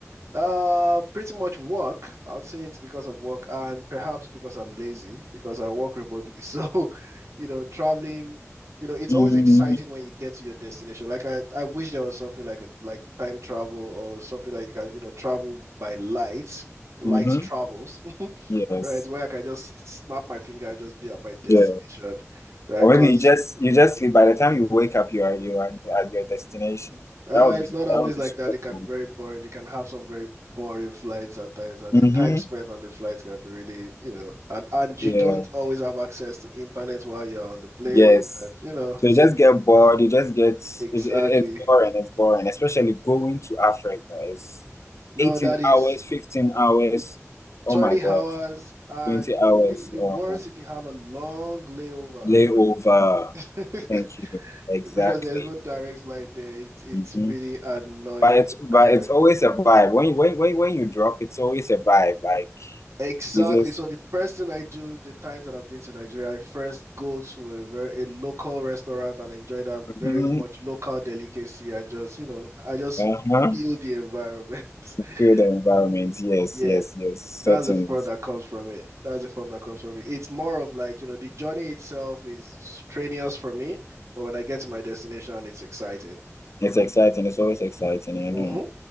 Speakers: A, on the right (about 65°); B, on the left (about 65°).
A: Uh, pretty much work. I would say it's because of work and perhaps because I'm lazy because I work remotely. <laughs> So, you know, traveling, you know, it's
B: Mm-hmm.
A: always exciting when you get to your destination. Like I, I wish there was something like a like time travel or something that you can, you know, travel by light, light
B: hmm
A: travels, <laughs>
B: Yes.
A: right? Where I can just snap my finger and just be at my destination,
B: Yeah.
A: right?
B: Or
A: Because
B: maybe you just you just sleep. By the time you wake up, you are you are at your destination.
A: Uh,
B: That would
A: it's
B: be
A: not always
B: that would be
A: like
B: super
A: that. It can
B: cool.
A: be very boring. You can have some very boring flights at times, and
B: hmm
A: the time spent on the flights can be really, you know, and and you
B: Yeah.
A: don't always have access to internet while you're on the plane,
B: Yes.
A: and you know,
B: So
A: so
B: you just
A: it gets,
B: get bored, you just get
A: exactly.
B: it, it- it's boring, it's boring, especially going to Africa. It's
A: No,
B: 18
A: that is
B: hours, 15 hours. Oh
A: 20
B: my God,
A: hours, and
B: 20 hours
A: it will be worse
B: um,
A: if you have a long layover
B: layover.
A: <laughs>
B: Thank you. Exactly.
A: because there's no direct flight there. It's it's
B: hmm
A: really annoying
B: But it's
A: and
B: but
A: tiring.
B: it's always a vibe. When you when, when when you drop, it's always a vibe. Like
A: Exactly.
B: you just
A: So the first thing I do the times that I've been to Nigeria, I first go to a very a local restaurant and enjoy that very
B: Mhm.
A: much local delicacy. I just, you know, I just
B: uh-huh.
A: feel the environment. <laughs>
B: Feel the environment. Yes,
A: Yeah,
B: yes, yes. Settings.
A: that's the fun that comes from it. That's the fun that comes from it. It's more of like, you know, the journey itself is strenuous for me, but when I get to my destination, it's exciting.
B: It's exciting. It's always exciting, I
A: Mm-hmm.
B: know.